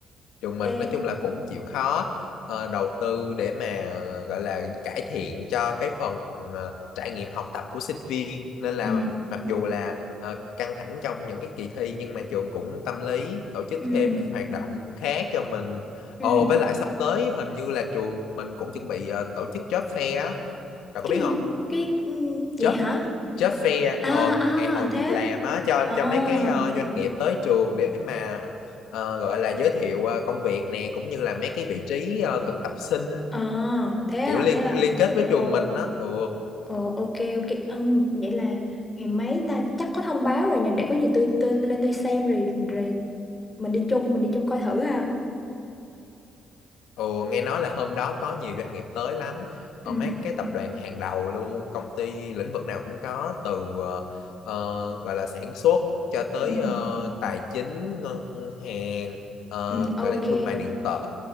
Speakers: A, on the left; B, on the left.
A: trường mình
B: ê
A: nói chung là cũng chịu khó ờ, đầu tư để mà gọi là cải thiện cho cái phần ờ, trải nghiệm học tập của sinh viên nên là
B: Ừ.
A: mặc dù là ờ, căng thẳng trong những cái kỳ thi nhưng mà trường cũng tâm lý tổ chức
B: Ừ.
A: thêm hoạt động khác cho mình.
B: Ừ.
A: Ồ, với lại sắp tới hình như là trường mình cũng chuẩn bị ờ, tổ chức job fair á,
B: cái
A: cậu có biết
B: gì
A: không?
B: cái ừ, vậy
A: Job
B: hả
A: job fair
B: à
A: ờ,
B: à
A: ngày hội
B: thế
A: việc
B: á?
A: làm á cho
B: ờ
A: cho mấy cái ờ, doanh nghiệp tới trường để mà ờ, gọi là giới thiệu ờ, công việc nè cũng như là mấy cái vị trí ờ, thực tập sinh
B: ờ thế à
A: kiểu liên
B: thế à
A: liên kết với
B: ờ
A: trường mình á ừ.
B: ờ ok ok ông vậy là ngày mấy ta chắc có thông báo rồi nhỉ để có gì tôi tôi, tôi lên tôi xem rồi rồi mình đi chung mình đi chung coi thử ha
A: Ồ, nghe nói là hôm đó có nhiều doanh nghiệp tới lắm ờ,
B: ừ
A: mấy cái tập đoàn hàng đầu luôn công ty lĩnh vực nào cũng có từ ờ, ờ, gọi là sản xuất cho tới
B: ừ ừ
A: ờ, tài chính ngân hàng ờ,
B: ừ, ok
A: gọi là thương mại điện tử